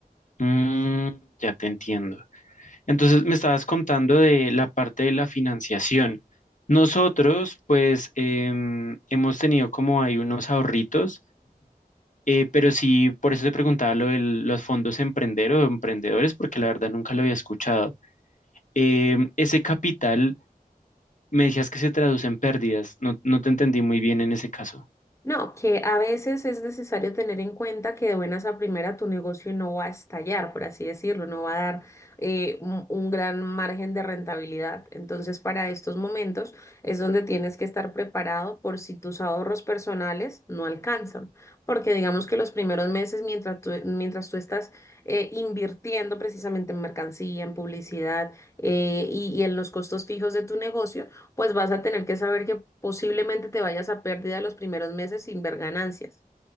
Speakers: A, on the left; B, on the left.
A: Mm, ya te entiendo. Entonces me estabas contando de la parte de la financiación. Nosotros, pues, em, hemos tenido como hay unos ahorritos, eh, pero sí, por eso te preguntaba lo de los fondos emprender o emprendedores, porque la verdad nunca lo había escuchado. Em, ese capital, me decías que se traduce en pérdidas. No, no te entendí muy bien en ese caso.
B: No, que a veces es necesario tener en cuenta que de buenas a primera tu negocio no va a estallar, por así decirlo, no va a dar eh, un, un gran margen de rentabilidad. Entonces, para estos momentos es donde tienes que estar preparado por si tus ahorros personales no alcanzan, porque digamos que los primeros meses mientras tú, mientras tú estás eh, invirtiendo precisamente en mercancía, en publicidad eh, y y en los costos fijos de tu negocio, pues vas a tener que saber que posiblemente te vayas a pérdida los primeros meses sin ver ganancias,